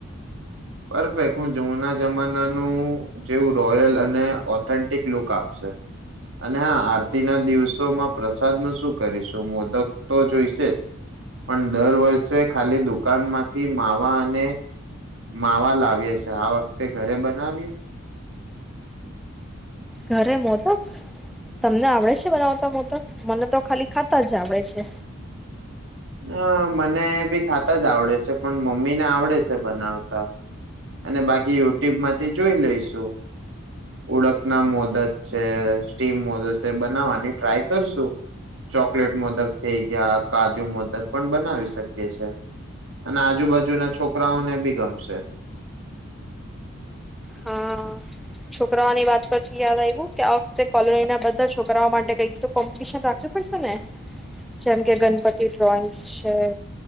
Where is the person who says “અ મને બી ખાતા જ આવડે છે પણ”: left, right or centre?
Right